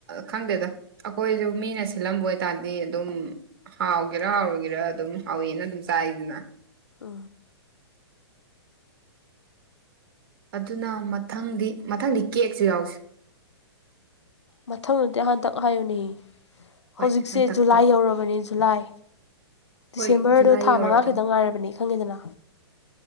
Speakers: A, on the right; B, on the left.
A: ꯈꯪꯗꯦꯗ ꯑꯩꯈꯣꯏꯁꯨ ꯃꯤꯅ ꯁꯤꯜꯂꯝꯕ ꯑꯣꯏꯇꯥꯔꯗꯤ ꯑꯗꯨꯝ ꯍꯥꯎꯦ ꯍꯧꯒꯦꯔ ꯍꯧꯥꯎꯔꯒꯦꯔ ꯑꯗꯨꯝ ꯍꯧꯋꯦꯅ ꯑꯗꯨꯝ ꯆꯥꯏꯗꯅ
B: ꯎ
A: ꯑꯗꯨꯅ ꯃꯊꯪꯗꯤ ꯃꯊꯪꯗꯤ ꯀꯦꯛꯁꯨ ꯌꯥꯎꯁꯤ
B: ꯃꯊꯪꯗꯨꯗꯤ ꯍꯟꯊꯛ ꯍꯥꯏꯌꯨꯅꯦ
A: ꯍꯣꯏ
B: ꯍꯧꯖꯤꯛꯁꯦ
A: ꯍꯟꯇꯛꯇꯣ
B: ꯖꯨꯂꯥꯏ ꯌꯧꯔꯕꯅꯤ ꯖꯨꯂꯥꯏ ꯗꯤꯁꯦꯝꯕꯔꯗ
A: ꯍꯣꯏ ꯖꯨꯂꯥꯏ
B: ꯊꯥ
A: ꯌꯧꯔꯕꯅꯤ
B: ꯃꯉꯥ ꯈꯤꯇꯪ ꯉꯥꯏꯔꯕꯅꯤ ꯈꯪꯉꯦꯗꯅ